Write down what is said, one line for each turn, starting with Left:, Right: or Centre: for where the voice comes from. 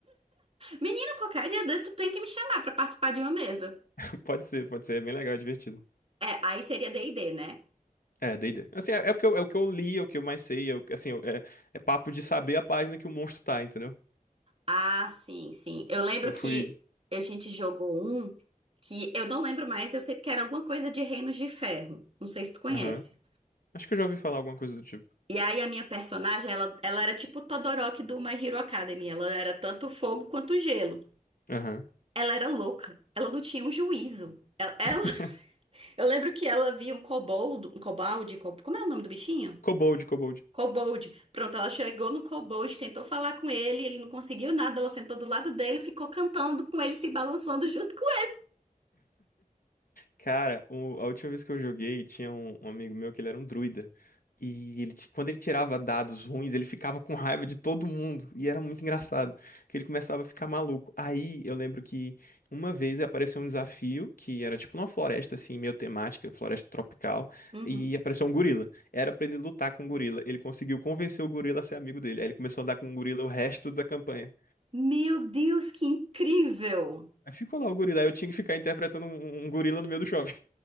Right: Menino, qualquer dia desse tu tem que me chamar pra participar de uma mesa.
Left: <laughs> Pode ser, pode ser, é bem legal, é divertido.
Right: É, aí seria D&D, né?
Left: É, D&D. Assim, é, é porque eu, é o que eu li, é o que eu mais sei, é, o que- assim, é, é papo de saber a página que o monstro tá, entendeu?
Right: Ah, sim, sim. Eu lembro
Left: Eu
Right: que
Left: fui.
Right: a gente jogou um que eu não lembro mais, eu sei que era alguma coisa de Reinos de Ferro. Não sei se tu conhece.
Left: Aham. Acho que eu já ouvi falar alguma coisa do tipo.
Right: E aí a minha personagem, ela, ela era tipo o Todoroki do My Hero Academy. Ela era tanto fogo quanto gelo.
Left: Aham.
Right: Ela era louca. Ela não tinha um juízo. ela ela
Left: <laughs>
Right: Eu lembro que ela viu um coboldo, um cobalde, co- como é o nome do bichinho?
Left: Kobold, Kobold.
Right: Kobold. Pronto, ela chegou no kobold, tentou falar com ele, ele não conseguiu nada, ela sentou do lado dele, e ficou cantando com ele, se balançando junto com
Left: Cara, o- a última vez que eu joguei, tinha um, um amigo meu que ele era um druida. E ele, ti- quando ele tirava dados ruins, ele ficava com raiva de todo mundo. E era muito engraçado, que ele começava a ficar maluco. Aí eu lembro que uma vez apareceu um desafio, que era tipo numa floresta assim, meio temática, floresta tropical,
Right: ele.
Left: e
Right: Uhum.
Left: apareceu um gorila. Era pra ele lutar com o gorila. Ele conseguiu convencer o gorila a ser amigo dele. Aí ele começou a andar com o gorila o resto da campanha.
Right: Meu Deus, que incrível!
Left: Aí ficou lá o gorila, aí eu tinha que ficar interpretando um um gorila no meio do shopping.